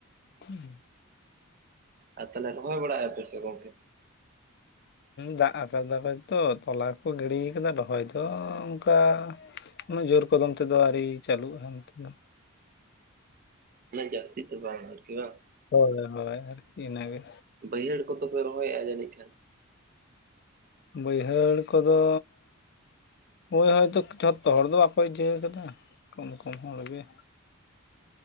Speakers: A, on the left; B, on the right.
A: ᱦᱩᱸᱸ᱾
B: ᱟᱨ ᱛᱟᱦᱚᱞᱮ ᱨᱚᱦᱚᱭ ᱵᱟᱲᱟᱭ ᱟᱯᱮᱥᱮ ᱜᱚᱝᱠᱮ,
A: ᱫᱟᱜ ᱟᱠᱟᱫᱟᱭ ᱛᱚ ᱛᱚᱞᱟ ᱠᱚᱠᱚ ᱜᱤᱲ ᱠᱟᱫᱟ ᱨᱚᱦᱚᱭ ᱫᱚ ᱚᱱᱠᱟ ᱩᱱᱟᱹᱜ ᱡᱳᱨ ᱠᱚᱫᱚᱢ ᱛᱮᱫᱚ ᱟᱹᱣᱨᱤ ᱪᱟᱹᱞᱩᱜᱼᱟ ᱱᱛᱮ ᱫᱚ,
B: ᱡᱟᱹᱥᱛᱤ ᱫᱚ ᱵᱟᱝ ᱟᱨᱠᱤ ᱵᱟᱝ
A: ᱦᱳᱭ ᱦᱳᱭ ᱟᱨᱠᱤ ᱤᱱᱟᱹᱜᱮ,
B: ᱵᱟᱹᱭᱦᱟᱹᱲ ᱠᱚᱫᱚᱯᱮ ᱨᱚᱦᱚᱭᱮᱫᱼᱟ ᱡᱟᱹᱱᱤᱡ ᱠᱷᱟᱱ,
A: ᱵᱟᱹᱭᱦᱟᱹᱲ ᱠᱚᱫᱚ ᱦᱳᱭ ᱦᱳᱭᱛᱚ ᱡᱚᱛᱚ ᱦᱚᱲ ᱫᱚ ᱵᱟᱠᱚ ᱤᱭᱟᱹᱣ ᱠᱟᱱᱟ ᱠᱚᱢ ᱠᱚᱢ ᱦᱚᱲ ᱜᱮ,